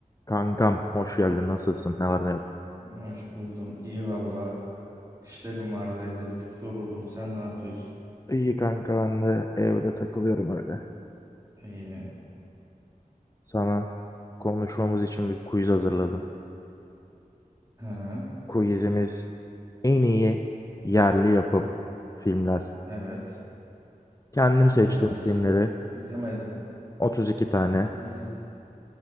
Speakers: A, on the left; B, on the right.
A: Kankam hoş geldin nasılsın ne var ne yok.
B: Hoş buldum. İyi valla. İşlerim vardı evde bir tık yoruldum. Sen ne yapıyorsun?
A: İyi kanka ben de evde takılıyorum öyle.
B: İyi.
A: Sana konuşmamız için bir quiz hazırladım.
B: Ha,
A: Quizimiz en iyi yerli yapım filmler.
B: evet.
A: Kendim seçtim
B: Güzel.
A: filmleri
B: İzlemedi.
A: 32 tane
B: Tamam. İz